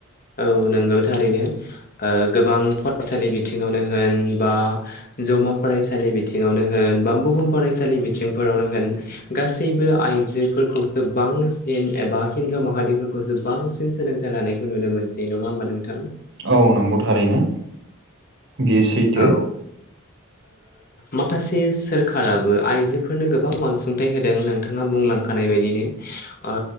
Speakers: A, on the left; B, on the right.
A: औ नोंगौ थारैनो गोबां फरायसालि बिथिङावनो होन बा जौमा फरायसालि बिथिङावनो होन बा बुहुम फरायसालि बिथिंफोरावनो होन गासैबो आइजोफोरखौ गो बां सिन एबा हिनजाव माहारिफोरखौसो बांसिन सोलोंथाइ लानायखौ नुनो मोनसै नङा होमबा नोंथां?
B: औ नंगौ थारैनो। बेयो सैथो
A: औ माखासे सोरखाराबो आइजोफोरनो गोबां अनसुंथाइ होदों नोंथाङा बुंलां खानाय बायदिनो ओ